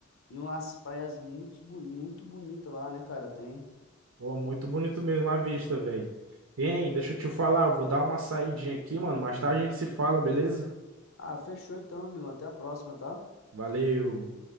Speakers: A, on the left (about 85°); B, on the right (about 80°).
A: E umas praias muito, bu- muito bonitas lá, né, cara? Tem.
B: Pô, muito bonito mesmo a vista, velho. Hein, deixa eu te falar, eu vou dar uma saidinha aqui, mano, mais tarde a gente se fala, beleza?
A: Ah, fechou então, meu amigo. Até a próxima, tá?
B: Valeu.